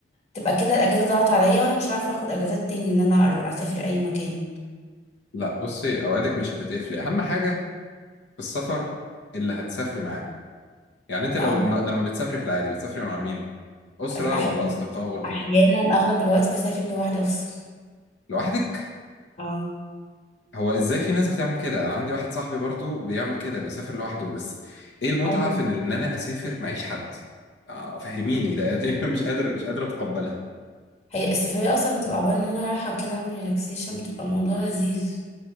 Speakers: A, on the left (about 40°); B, on the left (about 80°).
A: تبقى كده الاجازه ضاعت عليا وانا مش عارفه اخد اجازات تاني ان انا أرو- اسافر اي مكان
B: لا بصي أوعدك مش هتتقفلي أهم حاجة في السفر اللي هتسافري معاهم يعني أنت
A: لا
B: لو
A: أهو،
B: ما... لما بتسافري في العادي بتسافري مع مين؟ أسرة
A: أف- احيانا
B: ولا أصدقاء ولا
A: احيانا
B: مين؟
A: اغلب الوقت بسافر لوحدي افصل
B: لوحدك
A: اه
B: هو إزاي في ناس بتعمل كده أنا عندي واحد صاحبي برضو بيعمل كده بيسافر لوحده بس إيه المتعة
A: ايوه
B: في إن إن أنا أسافر معيش حد آه، فهميني ده <laughs> مش قادر مش قادر أتقبلها
A: هي السفرية اصلا بتبقى عبارة ان انا رايحة كده اعمل ريلاكسيشن بتبقى الموضوع لذيذ